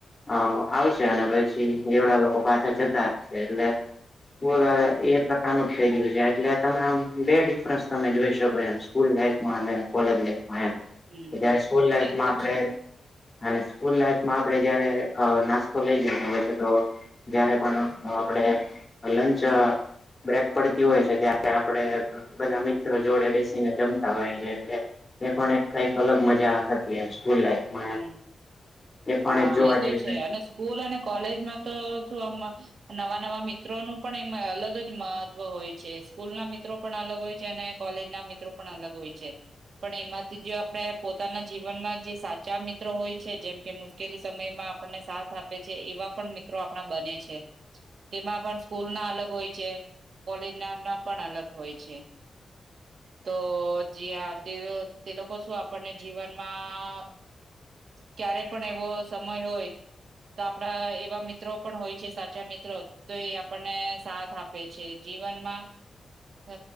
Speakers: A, on the left; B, on the right.
A: હ આવશે અને પછી જેવડા લોકો પાછા જતા રહેશે એટલે. સ્કૂલ હબ એ પ્રકારનું જ થઇ ગયું છે એટલે તમે આમ બે ડિફરન્સ તમે જોઈશ. ત ભય એમ સ્કૂલ લાઇફ માં અને કોલેજમાં
B: હમ
A: એમ જ્યારે સ્કૂલ લાઇફમાં
B: એ તો
A: આપણે.
B: છે
A: અને સ્કૂલ લાઈફમાં આપણે જયારે નાસ્તો લઈ જતો હોય છે તો. જયારે પણ આપડે લંચ. બ્રેક પડતી હોય છે ત્યારે આપે બધા મિત્રો. જોડે બેસીને જમતા હોય છે એટલે એ પણ એક કઈક અલગ મજા હતી એમ સ્કૂલ લાઈફ. મ
B: હમ
A: એ <unintelligible> પણ
B: હા
A: જોવા
B: એ તો
A: જઈએ.
B: છે અને સ્કૂલ અને કોલેજમાં તો શું આમ. નવા નવા મિત્રો નું પણ એમાં અલગ જ મહત્વ હોય છે સ્કૂલ ના મિત્રો. પણ અલગ હોય છે અને કોલેજ ના મિત્રો પણ અલગ હોય છે. પણ એમાંથી જે આપણે પોતાના જીવનમાં જે સાચ. ચા મિત્રો હોય છે જેમ કે મુશ્કેલી સમયમાં આપણને સાથ આપે છે એવા પણ મિત્રો આપણા બને છે. તેમાં પણ સ્કૂલ ના અલગ હોય છે કોલેજ ના ના પણ અલગ હોય છે. તો જ તે તે લોકો શું આપણને જીવનમાં. ક્યારે પણ એવો સમય હોય. તો આપણા એવા મિત્રો પણ હોય છે સાચા મિત્રો. તો એ આપણને સાથ આપે છે જીવનમાં. હ